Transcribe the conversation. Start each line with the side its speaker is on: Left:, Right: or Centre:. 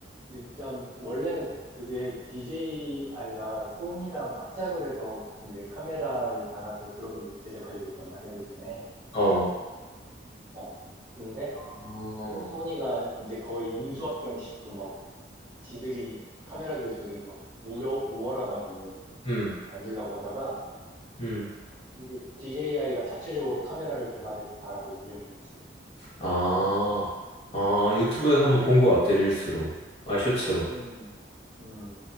Right: 일단, 원래는 그게 DJI가 소니랑 합작을 해서 이제 카메라를 달아서 드럼을 제작하려고 했단 말이야, 예전에.
Left: 어.
Right: 어. 근데,
Left: 아,
Right: 소니가 이제 거의 인수합병식으로 막 지들이 카메라 기술이 더 우여, 우월하다고
Left: 음,
Right: 안 주려고 하다가,
Left: 음.
Right: 이게 DJI가 자체적으로 카메라를 개발해서 달아서 유명해졌지.
Left: 아, 아, 유튜브에서 한번 본 것 같아, 릴스로. 아, 쇼츠로.
Right: 음, 음,